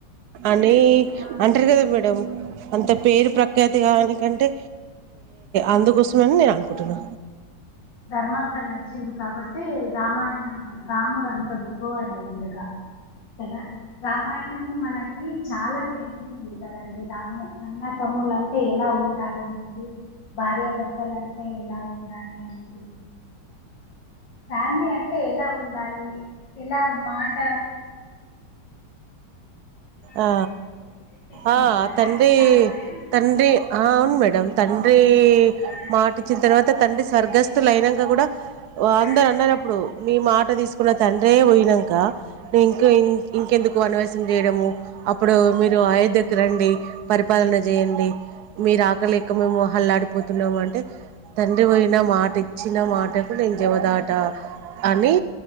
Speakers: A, on the right; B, on the left.
A: అని
B: ఆ,
A: అంటారు కదా మేడం అంత పేరు ప్రఖ్యాతి కానికంటే అందు కోసం అని నేను అనుకున్ పుటున
B: ధర్మాంగా నడిచిండు కాబట్టి అయితే రామాయణం రాముడు అంత అంత గొప్పవాడు అయిండు కా కదా రామాయణ <inaudible> మనకి చాలా నేర్పు ఇప్పుడు కాదండి రాము అన్న తమ్ములంటే ఎలా ఉండాలి అనేది భార్యాభర్తలంటే ఎలా ఉండాలి అనేది అ ఫ్యామిలీ అంటే ఎలా ఉండాలి ఎలా మాట ఎత్తుకోవాలనే
A: ఆ
B: నేర్పిస్తుంది
A: ఆ
B: కదా
A: తండ్రి
B: రామాయణం
A: తండ్రి ఆ అవును మేడమ్ డం తండ్రి
B: ఆ
A: మాట ఇచ్చిన తర్వాత తండ్రి
B: మాట
A: స్వర్గస్థులు
B: ఎలా
A: అయినంక కూడా
B: ఎలా
A: అందరు అన్నారు
B: నిలబెట్టుకో
A: అప్పుడు మీ మాట తీసుకు కన్న తండ్రే పోయినాంక ఇంకా ఇం ఇంకెందుకు అనవ చిందేడెమో అప్పుడు మీరు అయోధ్య కి రండి పరిపాలన చేయండి మీరు ఆకలి లేక మేము అల్లాడిపోతున్నామంటే తండ్రి పోయిన మాట ఇచ్చిన మాటకు నేను జవదాట అని